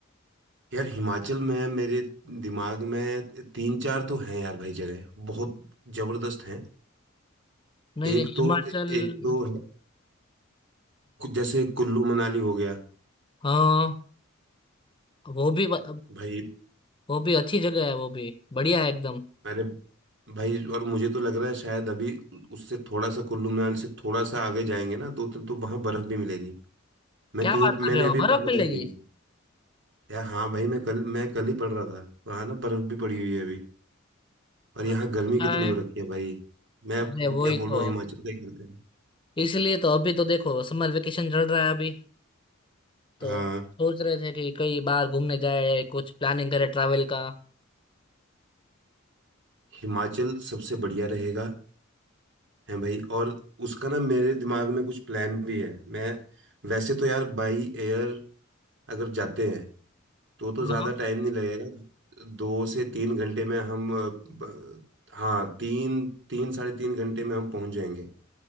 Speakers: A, on the right; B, on the left.
A: यार हिमाचल में मेरे दिमाग में तीन चार तो हैं यार भाई जगह बहुत जबरदस्त हैं
B: नहीं
A: एक
B: नहीं
A: तो
B: हिमाचल
A: एक तो है कु- जैसे कुल्लू मनाली हो गया
B: हाँ वो भी वो
A: भाई
B: वो भी अच्छी जगह है वो भी बढ़िया है एकदम
A: अरे भाई और मुझे तो लग रहा है शायद अभी उससे थोड़ा सा कुल्लू मनाली से थोड़ा सा आगे जाएंगे ना दो तीन तो वहां बर्फ भी मिलेगी मैं
B: क्या
A: कहीं
B: बात कर
A: मैंने
B: रहे
A: अभी
B: हो बर्फ
A: पढ़ा
B: मिलेगी
A: था कहीं यार हाँ भाई मैं कल मैं कल ही पढ़ रहा था वहाँ ना बर्फ भी पड़ी हुई है अभी और
B: अच्छा
A: यहाँ गर्मी कितनी
B: है
A: हो रखी है भाई मैं
B: अरे वही
A: क्या बोल
B: तो
A: रहा हूँ हिमाचल का ही करते हैं
B: इसलिए तो अभी तो देखो समर वेकेशन चल रहा है अभी तो
A: हाँ
B: सोच रहे थे कि कई बार घूमने जाए कुछ प्लानिंग करे ट्रैवल का
A: हिमाचल सबसे बढ़िया रहेगा है भाई और उसका ना मेरे दिमाग में कुछ प्लान भी है मैं वैसे तो यार बाई एयर अगर जाते हैं तो तो
B: हाँ
A: ज़्यादा टाइम नहीं लगेगा दो से तीन घंटे में हम अ, ब- हाँ तीन तीन साढ़े तीन घंटे में हम पहुंच जाएंगे